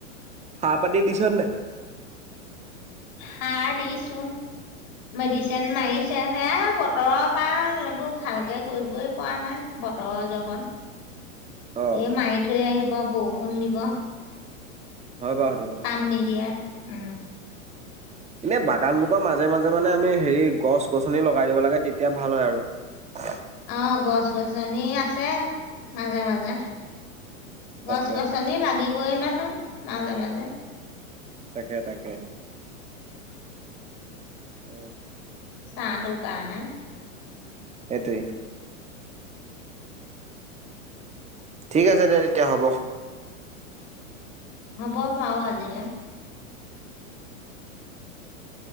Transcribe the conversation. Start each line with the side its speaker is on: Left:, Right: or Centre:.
Right: হা পতি দিছৰ নাই!
Left: সাৰ দিছো মেডিচিন মাৰিছে সেয়া বতৰৰ পৰা এইবোৰ ভালকে কৰিবই পৰা নাই বতৰৰ জহত।
Right: অ
Left: এই মাই থৈ আহিব। বা বৌ শুন দিব।
Right: হয় বাৰু সেইটো কথা।
Left: কাম নিদিয়ে, উম।
Right: এনে বাগান বোৰকৰৰ মাজে মাজে মানে আমি হেৰি। গছ গছনি লগাই দিব লাগে তেতিয়া ভাল হয় আৰু।
Left: অ গছ গছনি আছে মাজে মাজে। গছ
Right: তাকে
Left: গছনি লাগিব। গৈ নহয় মাজে মাজে।
Right: তাকে তাকে উ।
Left: কাহ তও কাৰনে।
Right: এইটোৱেই। ঠিক আছে দে তেতিয়া হ'ব।
Left: হ বব আজিলে।